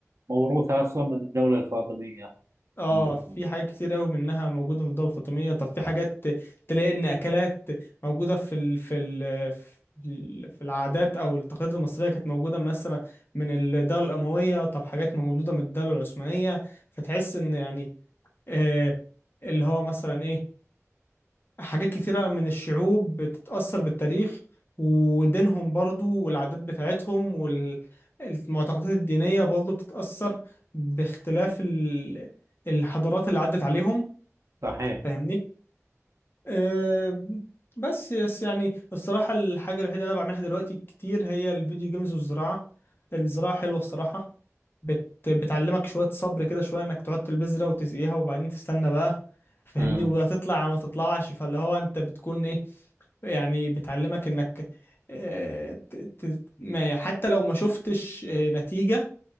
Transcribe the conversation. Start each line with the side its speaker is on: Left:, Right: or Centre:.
Right: موروثة أصلا من الدولة الفاطمية
Left: اه
Right: عندكم
Left: في حاجات كتير قوي منها موجودة من الدولة الفاطمية طب في حاجات تلاقي ان اكلات موجودة في ال في ال في ال- في العادات او التقاليد المصرية كانت موجودة مثلا من الدولة الأموية طب حاجات مولودة من الدولة العثمانية فتحس ان يعني آه، اللي هو مثلا ايه حاجات كتيرة من الشعوب بتتأثر بالتاريخ ودينهم برضو والعادات بتاعتهم والمعتقدات الدينية برضو بتتأثر باختلاف ال- الحضارات اللي عدت عليهم
Right: صحيح
Left: فاهمني أم، بس بس يعني الصراحة الحاجة الوحيدة اللي أنا بعملها دلوقتي كتير هي الفيديو جيمز والزراعة الزراعة حلوة الصراحة بت بتعلمك شوية صبر كده شوية إنك تحط البذرة وتسقيها وبعدين تستنى بقى فاهمني
Right: امم
Left: وهتطلع يا ما تطلعش فاللي هو أنت بتكون إيه يعني بتعلمك إنك آه، ت- ت- ما يعني حتى لو ما شفتش آه، نتيجة